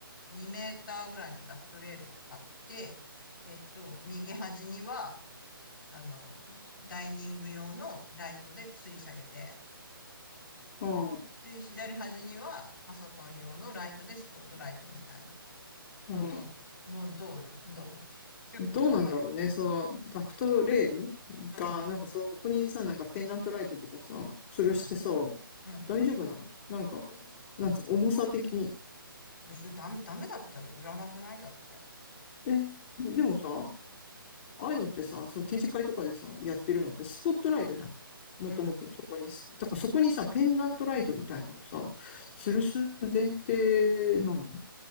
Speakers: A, on the left; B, on the left.
A: 2メーターぐらいのダクトレールを買って、えっと、右端には、あの、ダイニング用のライトで吊り下げて、
B: うん。
A: で、左端にはパソコン用のライトでスポットライトみたいな
B: うん
A: のどうのどうよ、どう結構考える。
B: どうなんだろうね。その、ダクトレールが、
A: うん、
B: なんかそこにさ、なんかペンダントライトとかさ、吊るしてさ、
A: うん、うん。
B: 大丈夫なのなんか、なんつう、重さ的に。
A: いや、それダメ、ダメだったら売らなくないだって。
B: え、でもさ、ああいうのってさ、その展示会とかでさ、やってるのってスポットライトじゃん。もともとそこに、
A: うん。
B: だからそこにさ、ペンダントライトみたいなのをさ、吊るす前提なの